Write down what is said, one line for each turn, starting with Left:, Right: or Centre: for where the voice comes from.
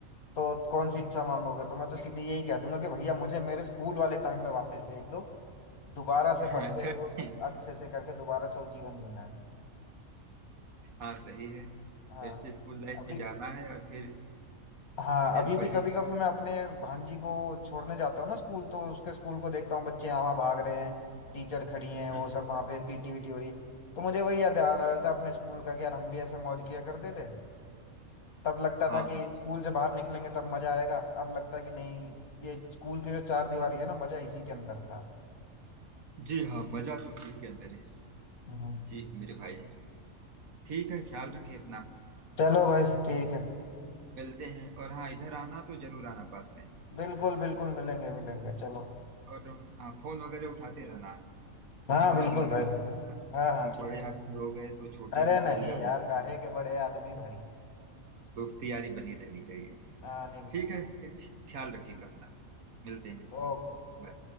Left: तो कौन सी इच्छा मांगोगे तो मैं तो सीधे यही कह दूंगा कि भैया मुझे मेरे स्कूल वाले टाइम में वापस भेज दो दोबारा से
Right: <laughs>
Left: पढ़
Right: अच्छा
Left: के वो सब
Right: नहीं।
Left: अच्छे से करके दोबारा से वो जीवन जीना है
Right: हाँ सही है
Left: हाँ
Right: फिर से स्कूल लाइफ
Left: अभी
Right: में जाना है और फिर
Left: हाँ
Right: फिर
Left: अभी
Right: वही
Left: भी कभी
Right: हम्म,
Left: कभी मैं अपने भांजी को छोड़ने जाता हूँ ना स्कूल तो उसके स्कूल को देखता हूँ बच्चे यहाँ वहाँ भाग रहे हैं टीचर खड़ी हैं वो
Right: हम्म,
Left: सब वहाँ पे पीटी वीटी हो रही है तो मुझे वही याद आ रहा था अपने स्कूल का कि यार हम भी ऐसे मौज किया करते थे तब लगता
Right: हाँ
Left: था कि
Right: हाँ
Left: स्कूल से बाहर निकलेंगे तब मजा आएगा अब लगता है कि नहीं ये स्कूल की जो चार दीवारी है ना मजा इसी के अंदर था
Right: जी हाँ मजा तो उसी के अंदर है
Left: हम्म।
Right: जी मेरे भाई ठीक है ख्याल रखिए अपना
Left: चलो भाई ठीक है
Right: मिलते हैं और हाँ इधर आना तो जरूर आना पास में
Left: बिल्कुल बिल्कुल मिलेंगे मिलेंगे चलो
Right: और हाँ, फोन वगैरह उठाते रहना
Left: हाँ
Right: इग्नोर
Left: बिल्कुल
Right: मत
Left: भाई
Right: करो
Left: बिल्कुल हाँ हाँ
Right: तुम
Left: ठीक
Right: बड़े
Left: ठीक
Right: आदमी हो गए तो छोटे
Left: अरे
Right: को
Left: नहीं
Right: भूल जाओ
Left: यार
Right: यार
Left: काहे के बड़े आदमी भाई
Right: दोस्ती यारी बनी रहनी चाहिए
Left: हाँ नहीं
Right: ठीक है ख्याल रखिएगा अपना मिलते
Left: कि
Right: हैं
Left: वो ओो
Right: बाय